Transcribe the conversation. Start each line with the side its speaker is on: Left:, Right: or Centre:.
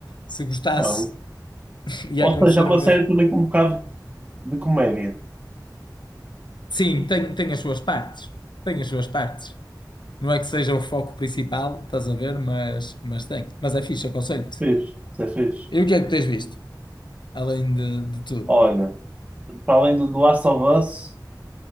Left: Se gostasse,
Right: Ah,
Left: <laughs> ia
Right: Ou
Left: acontecer
Right: seja, é uma
Left: o mesmo.
Right: série também com um bocado de comédia.
Left: Sim, tem, tem as suas partes. Tem as suas partes. Não é que seja o foco principal, estás a ver? Mas, mas tem. Mas é fixe, aconselho-te.
Right: Fiz, isso é fixe.
Left: E o que é que tens visto? Além de, de tudo.
Right: Olha, para além do The Last of Us,